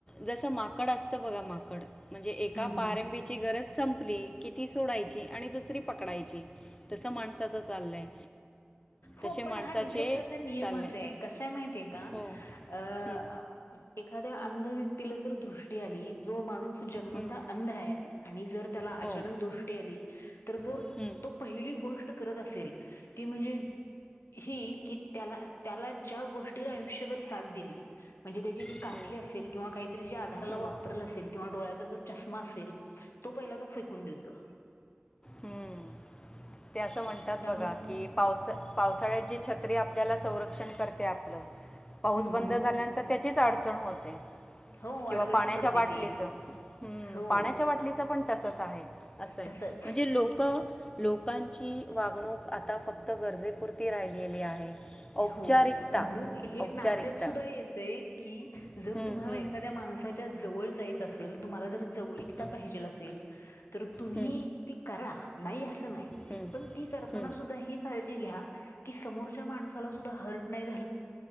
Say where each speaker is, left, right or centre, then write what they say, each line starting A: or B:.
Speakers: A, on the left (about 20°); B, on the left (about 85°).
A: जसं माकड असतं बघा माकड! म्हणजे
B: हम्म
A: एका पारंबीची
B: हम्म
A: गरज संपली कि ती सोडायची आणि दुसरी पकडायची! तस माणसाचं चाललंय. तसे
B: हो
A: माणसाचे
B: पण हा निसर्गाचा नियमच
A: चाललंय
B: य, कसायं माहितीय काऽऽअं
A: हो
B: अ
A: हं,
B: एखाद्या अंध व्यक्तीला जर दृष्टी आली जो माणूसऽऽ जन्म
A: हं,
B: अंध आणि जर त्याला
A: हो
B: अचा दृष्टी आली तर
A: हं,
B: तो पहिली गोष्ट करत असेल ती म्हणजे ही की त्याला त्याला ज्या गोष्टीला आयुष्यभर साथ दिली म्हणजे त्याची ती
A: हं,
B: काठी असेल किंवा काहीतरी जे आधाराला
A: हं,
B: वापरलं असेल किंवा डोळ्याचा जो चष्मा असेल तो पहिला त फेकून देतो
A: हम्म ते असं म्हणतात
B: त्यामुळे
A: बघा कि पावसा पावसा छत आपल्या संक्षण कर आप पाऊस
B: हम्म
A: बंद
B: हम्म
A: झाल्यानंत त्याचीच अडचण होते
B: हो
A: किंवा
B: अडगळीत
A: पाण्याच्या
B: पडते
A: बाटलीच
B: ती
A: हम्म
B: हो
A: पाण्याच्या बाटलीचं पण तसच आहे असं
B: तसच
A: म्हणजे लोक लोकांची वागणूक आता फक्त गरजेपुरती राहिलेली आहे औपचारिकता
B: हो म्हणून हे
A: औपचारिकता
B: नात्यात सुद्धा येतय की
A: हं,
B: जर तुम्हाला
A: हं,
B: एखाद्या माणसाच्या जवळ जायचं असेल तुम्हाला जर जवळकता
A: हं,
B: पाहिजेल असेल तर तुम्ही
A: हं,
B: ती करा नाही असं नाही
A: हं,
B: पण ती करताना
A: हं.
B: सुद्धा ही काळजी घ्या की समोरच्या माणस ह नाही म